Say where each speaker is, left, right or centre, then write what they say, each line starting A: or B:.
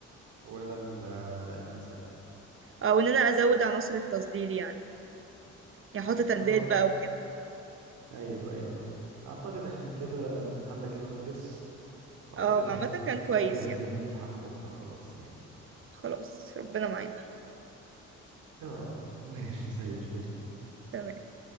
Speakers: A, on the right; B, on the right.
A: ولا ال- المثل
B: اه وان انا ازود عناصر التظليل يعني يحط
A: بس
B: تندات
A: خلاص
B: بقى وكده
A: ايوه ايوه فاهمك. اعتقد احنا كده الامتحان ده كده خلص فاعتقد
B: اه
A: احنا
B: عامة كان كويس
A: كده جاهزين
B: يعني
A: لامتحان بكره خلاص يعني
B: خلاص ربنا معانا
A: يا رب ماشي زي الفل
B: تمام